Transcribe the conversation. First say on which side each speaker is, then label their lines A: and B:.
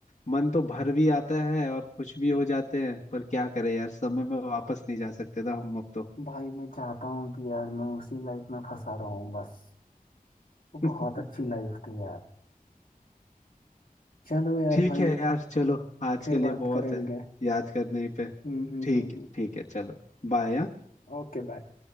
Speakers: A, on the left; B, on the left.
A: मन तो भर भी आता है और खुश भी हो जाते हैं पर क्या करें यार समय में वापस नहीं जा सकते ना हम अब तो
B: भाई मैं चाहता हूँ कि यार मैं उसी लाइफ में फंसा रहा हूँ बस वो बहुत
A: <laughs>
B: अच्छी लाइफ थी यार चलो यार
A: ठीक
B: भाई
A: है यार चलो आज
B: फिर
A: के लिए
B: बात
A: बहुत
B: करेंगे
A: है याद करने पे
B: Hmm hmm
A: ठीक
B: hmm
A: है
B: hmm
A: ठीक है चलो बाय
B: Okay bye